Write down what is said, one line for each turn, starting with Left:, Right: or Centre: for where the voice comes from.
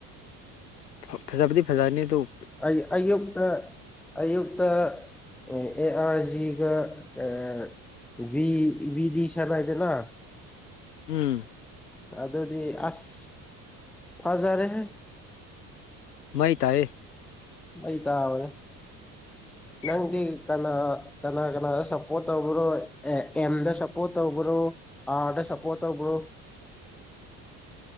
Left: ꯐ-ꯐꯖꯥꯕꯗꯤ ꯐꯖꯥꯅꯤꯗꫭ
Centre: ꯑꯩ ꯑꯌꯨꯛꯇ ꯑꯌꯨꯛꯇ ꯑꯦ ꯑꯦ ꯑꯥꯔꯖꯤꯒ ꯑ ꯕꯤ ꯕꯤꯗꯤ ꯁꯅꯩꯗꯅꯥ
Left: ꯎꯝ
Centre: ꯑꯗꯨꯗꯤ ꯑꯁ ꯐꯥꯖꯔꯦꯍꯦ
Left: ꯃꯩ ꯇꯥꯌꯦ
Centre: ꯑꯩ ꯇꯥꯕꯅꯦ
Left: <unintelligible>
Centre: ꯅꯪꯗꯤ ꯀꯅꯥ ꯀꯅꯥ ꯀꯅꯥꯗ ꯁꯞꯄꯣꯔꯠ ꯇꯧꯕ꯭ꯔꯣ ꯑꯦꯝꯗ ꯁꯞꯄꯣꯔꯠ ꯇꯧꯕ꯭ꯔꯣ ꯑ ꯑꯗꯁꯄꯣꯠꯇꯧꯕ꯭ꯔꯣ
Left: <unintelligible>